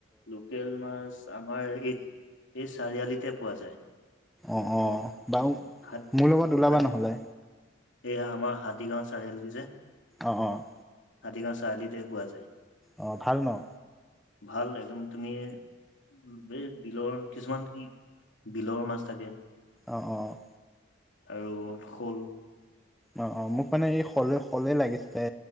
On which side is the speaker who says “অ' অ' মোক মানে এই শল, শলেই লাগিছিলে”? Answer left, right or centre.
Centre